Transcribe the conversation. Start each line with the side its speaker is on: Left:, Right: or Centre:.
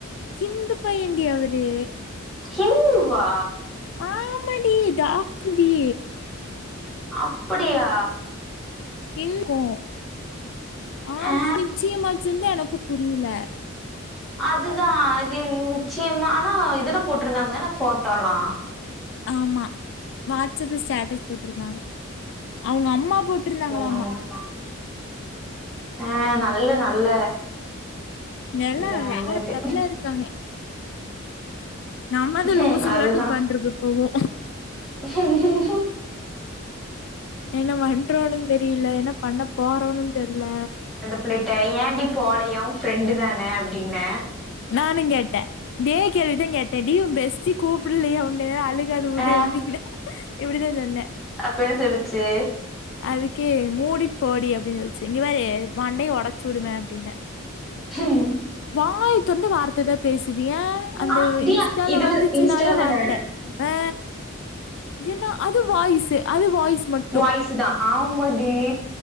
Left: சிந்து பையன்டி அவரு
Centre: இந்து வா
Left: ஆமான்டி டாக்ட்ருடி
Centre: அப்படியா
Left: இல் கோ ஆம்
Centre: ஆ
Left: நிச்சயமாச்சுன் தா எனக்கு புரியில
Centre: அதுதா இது நிச்சயமான இதுல போட்ருந்தாங்க தான ஃபோட்டோல்லா
Left: ஆமா வாட்ஸ்அப்ல ஸ்டேட்டஸ் போட்ருந்தாங்க அவங்க அம்மா போட்ருந்தாங்களாமா
Centre: ம் ஆ நல்ல நல்ல
Left: நெல்லா
Centre: நல்ல நல்ல
Left: வேற
Centre: இது
Left: லவ் மேரேஜ் தாங்க நம்மதா லூசுகளாட்டோ
Centre: ம் அதுதா
Left: உக்காந்ட்ருக்கு இப்போவோ
Centre: <inaudible>
Left: என்ன வன்றோன்னு தெரியில என்ன பண்ண போறோன்னு தெர்ல
Centre: ப்ள்ளட்ட ஏண்டி போல உன் ஃப்ரெண்டு தானே அப்டின்ன
Left: நானுங்கேட்ட இதே கேள்விதா கேட்ட டீ உன் பெஸ்டி கூப்பிட்லியா உன்ன அ அழுகாத விடு
Centre: ஆ
Left: அப்டின்ன இப்டிதா சொன்ன
Centre: அப்ப என்ன சொல்லிச்சு
Left: அதுக்கு மூடிட் போடி அப்டின்னு சொல்லிச்சு இங்க பாரு மண்டைய ஒடச்சு விடுவ அப்டின்ன
Centre: ம்
Left: வாய் வந்து வார்த்த தா பேசுது ஏன் அந்த
Centre: ஆ டி
Left: இன்ஸ்டால
Centre: இதுல
Left: வந்துச்சுனாலே
Centre: இன்ஸ்டால தான
Left: வார்த்த ஆ ஏன்னா அது வாய்ஸு அது வாய்ஸ் மட்
Centre: வாய்ஸு தா ஆம்மடி